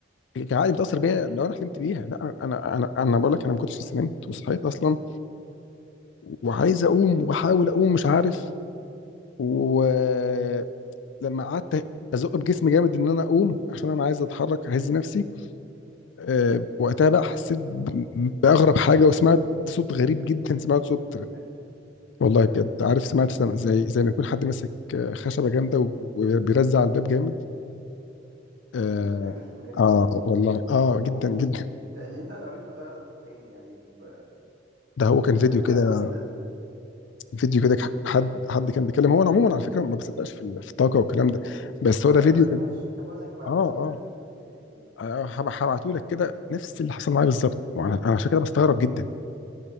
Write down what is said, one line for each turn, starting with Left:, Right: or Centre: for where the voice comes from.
Left: العقل متاثر بيها لو انا حلمت بيها لا انا انا انا بقول لك انا ما كنتش لسه نمت وصحيت اصلا وعايز اقوم وبحاول اقوم مش عارف ولما قعدت ازق بجسمي جامد ان انا اقوم عشان انا عايز اتحرك اهز نفسي أه وقتها بقى حسيت ب- باغرب حاجه وسمعت صوت غريب جدا سمعت صوت
Right: ايه ده
Left: والله بجد عارف سمعت سم- زي زي ما يكون حد ماسك آه، خشبه جامده و- وبيرزع على الباب جامد اه,
Right: ايه ده <laughs> غريب
Left: آه
Right: قوي الموضوع
Left: والله
Right: ده
Left: اه جدا
Right: طب و-
Left: جدا
Right: انت اللي انت قريته ده قريته فين يعني ب...
Left: ده هو كان فيديو
Right: يعني ابعت
Left: كده
Right: لي كده ال...
Left: فيديو كده حد حد كان بيتكلم هو انا عموما على فكره ما بصدقش في ال- في الطاقه والكلام ده بس هو
Right: ما
Left: ده
Right: انا
Left: فيديو
Right: ما بصدقش
Left: كان
Right: عشان كده بقول لك ابعته
Left: اه اه
Right: لي اشوف يعني
Left: آه، هب- هبعته لك كده نفس اللي حصل معايا بالظبط وأنا- انا عشان كده بستغرب جدا